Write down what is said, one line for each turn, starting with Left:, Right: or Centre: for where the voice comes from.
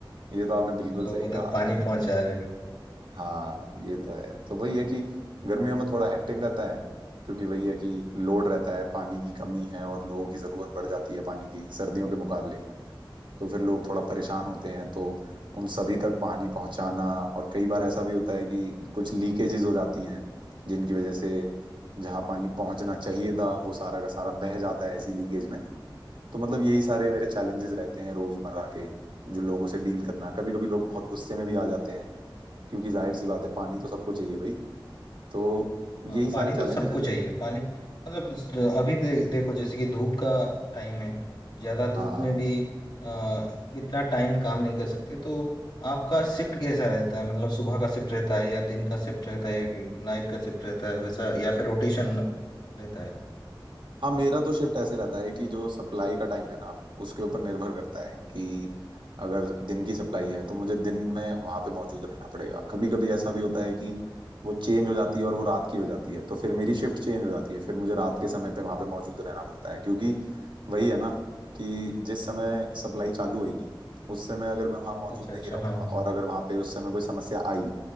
Right: ये तो आपने बिल्कुल
Left: लोगों
Right: सही
Left: तक
Right: कहा
Left: पानी पहुंचा
Right: <laughs>
Left: रहे
Right: हाँ ये तो है तो वही है कि गर्मियों में थोड़ा हेक्टिक रहता है क्योंकि वही है कि लोड रहता है पानी की कमी है और लोगों की ज़रूरत बढ़ जाती है पानी की सर्दियों के मुकाबले तो फिर लोग थोड़ा परेशान
Left: हो
Right: होते हैं तो उन सभी तक पानी पहुंचाना और कई बार ऐसा भी होता है कि कुछ लीकेजेस हो जाती हैं जिनकी वजह से जहाँ पानी पहुंचना चाहिए था वो सारा का सारा बह जाता है ऐसी लीकेज में तो मतलब यही सारे मेरे चैलेंजेस रहते हैं रोजमर्रा के जो लोगों से डील करना कभी कभी लोग बहुत गुस्से में भी आ जाते हैं क्योंकि जाहिर सी बात है पानी तो सबको चाहिए भाई तो यही
Left: हाँ
Right: सारे
Left: पानी
Right: चैलेंजेस
Left: तो सबको चाहिए पानी मतलब स- अभी दे, देखो जैसे कि धूप का टाइम है ज्यादा धूप
Right: हाँ हाँ
Left: में भी आ, इतना टाइम काम नहीं कर सकते तो आपका शिफ्ट कैसा रहता है मतलब सुबह का शिफ्ट रहता है या दिन का शिफ्ट रहता है या नाइट का शिफ्ट रहता है वैसा या फिर रोटेशन रहता है
Right: हाँ मेरा तो शिफ्ट ऐसे रहता है कि जो सप्लाई का टाइम है ना उसके ऊपर निर्भर करता है कि अगर दिन की सप्लाई है तो मुझे दिन में वहां पे मौजूद रहना पड़ेगा कभी कभी ऐसा भी होता है कि वो चेंज हो जाती है और वो रात की हो जाती है तो फिर मेरी शिफ्ट चेंज हो जाती है फिर मुझे रात के समय पे वहां पे मौजूद रहना पड़ता है क्योंकि वही है ना कि जिस समय सप्लाई चालू होगी उस समय अगर मैं वहां मौजूद
Left: अच्छा अच्छा
Right: नहीं रहूंगा
Left: हाँ
Right: और अगर वहां पे उस समय कोई समस्या आई